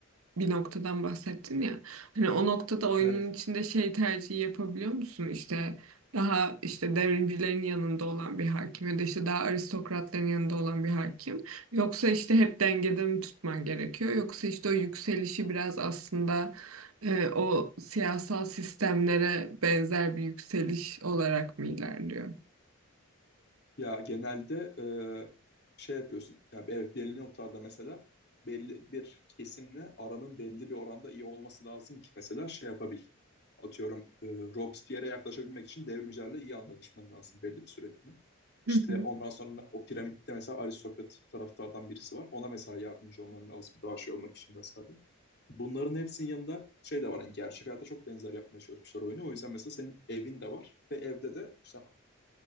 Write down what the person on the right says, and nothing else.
bir noktadan bahsettin ya. Hani o noktada oyunun
içinde şey tercihi yapabiliyor musun? İşte daha işte devrimcilerin yanında olan bir hakim ya da işte daha aristokratların yanında olan bir hakim. Yoksa işte hep dengede mi tutman gerekiyor? Yoksa işte o yükselişi biraz aslında e, o siyasal sistemlere benzer bir yükseliş olarak mı ilerliyor?
Hı hı.